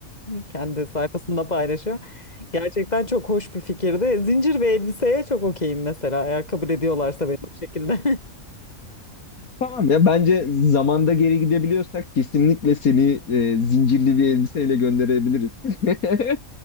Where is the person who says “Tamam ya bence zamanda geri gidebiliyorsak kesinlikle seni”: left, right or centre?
Left